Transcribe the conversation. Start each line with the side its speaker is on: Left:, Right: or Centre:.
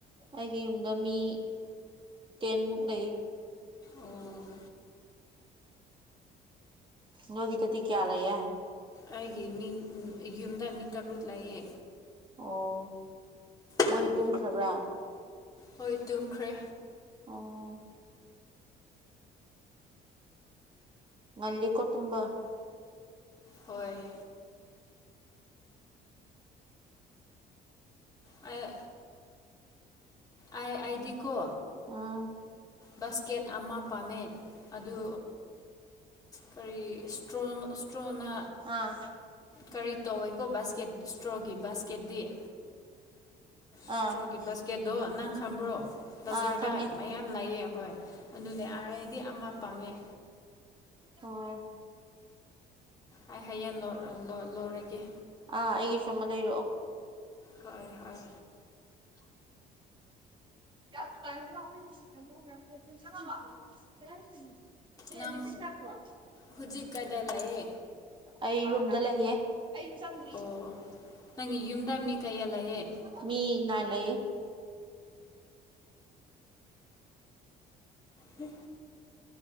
Right: ꯑꯩꯒꯤ ꯌꯨꯝꯗ ꯃꯤ ꯇꯦꯟꯃꯨꯛ ꯂꯩ
Left: ꯑꯣ
Right: ꯅꯒꯤ ꯇꯗꯤ ꯀꯌꯥꯂꯌꯦ
Left: ꯑꯩꯒꯤ ꯃꯤ ꯌꯨꯝꯗ ꯃꯤ ꯇꯔꯨꯛ ꯂꯩꯌꯦ
Right: ꯑꯣ ꯃꯣꯏꯗꯤ
Left: ꯍꯣꯏ
Right: ꯇꯨꯝꯈ꯭ꯔꯕ꯭ꯔꯥ
Left: ꯍꯣꯏ ꯇꯨꯝꯈ꯭ꯔꯦ
Right: ꯑꯣ ꯉꯜꯂꯤ ꯈꯨꯇꯨꯝꯕ
Left: ꯍꯣꯏ ꯑ ꯑꯥꯏ ꯑꯥꯏ ꯗꯤ ꯀꯣ
Right: ꯑꯥ
Left: ꯕꯥꯁꯀꯦꯠ ꯑꯃ ꯄꯥꯝꯃꯦ ꯑꯗꯨ ꯀꯔꯤ ꯏꯁꯇ꯭ꯔꯣ ꯏꯁꯇ꯭ꯔꯣꯅ
Right: ꯑꯥ
Left: ꯀꯔꯤ ꯇꯧꯋꯦꯀꯣ ꯕꯥꯁꯀꯦꯠ ꯏꯁꯇ꯭ꯔꯣꯒꯤ ꯕꯥꯁꯀꯦꯠꯗꯤꯤ ꯏꯁꯇ꯭ꯔꯣꯒꯤ
Right: ꯑꯥ
Left: ꯕꯥꯁꯀꯦꯠꯇꯠꯇꯣ ꯅꯪ ꯈꯝꯕ꯭ꯔꯣ ꯕꯖꯥꯔꯗꯥ
Right: ꯑꯥ ꯈꯪꯉꯦ
Left: ꯃꯌꯥꯝ ꯂꯩꯑꯌꯦ ꯍ ꯍꯣꯏ ꯑꯗꯨꯅꯦ ꯑꯩꯗꯤ ꯑꯃ ꯄꯥꯝꯃꯦ
Right: ꯍ
Left: ꯑꯩ ꯍꯌꯦꯡ ꯂꯣꯏꯔꯒꯦ
Right: ꯑꯥ ꯑꯩꯒꯤ ꯁꯨꯝꯃ ꯂꯩꯔꯛꯑꯣ
Left: ꯍꯣꯏ ꯍꯣꯏ
Right: <inaudible>
Left: ꯅꯪ
Right: ꯆꯄ꯭ꯔ
Left: ꯍꯧꯖꯤꯛ ꯀꯗꯥꯏ ꯂꯩꯌꯦ
Right: ꯑꯩ ꯌꯨꯝꯗ ꯂꯩꯌꯦꯦ ꯑꯩ ꯆꯗ꯭ꯔꯤ
Left: ꯑꯣ ꯅꯪꯒꯤ ꯌꯨꯝꯗ ꯃꯤ ꯀꯩꯌꯥ ꯂꯩꯑꯌꯦꯦ
Right: ꯃꯤ ꯅꯥꯏ ꯂꯩꯌꯦ
Left: ꯍ